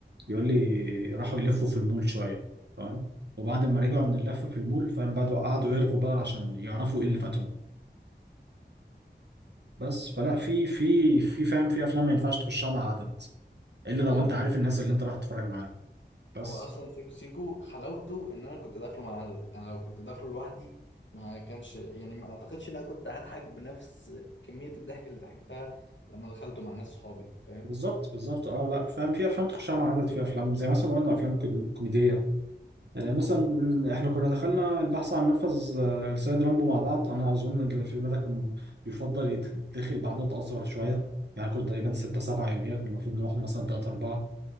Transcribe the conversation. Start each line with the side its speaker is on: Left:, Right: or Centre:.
Right: بيقول لي راحوا يلفوا في المول شويه تمام وبعد ما رجعوا من اللفه في المول فاهم بعدوا قعدوا يرغوا بقى عشان يعرفوا ايه اللي فاتهم بس فلا في في في فاهم في افلام ما ينفعش تخشها مع عدد الا
Left: ايوه
Right: لو انت عارف
Left: ايوه
Right: الناس اللي انت رايح تتفرج معاهم بس
Left: هو اصلا سيكو سيكو حلاوته ان انا كنت داخله مع عدد انا لو كنت داخله لوحدي ما كانش يعني ما اعتقدش ان انا كنت هضحك بنفس كمية الضحك اللي ضحكتها لما دخلته مع ناس صحابي انت فاهم
Right: بالظبط بالظبط اه لا فاهم في افلام تخشها مع عدد في افلام زي مثلا ما قلنا افلام كوم- كوميديه يعني مثلا
Left: امم
Right: احنا كنا دخلنا البحث عن نفذ آه، السيد رامبو مع بعض انا اظن ان الفيلم ده كان يفضل يتدخل بعدد اصغر شويه يعني كنا تقريبا
Left: امم
Right: ستة سبعة يوميا كنا المفروض نروح له مثلا تلاتة أربعة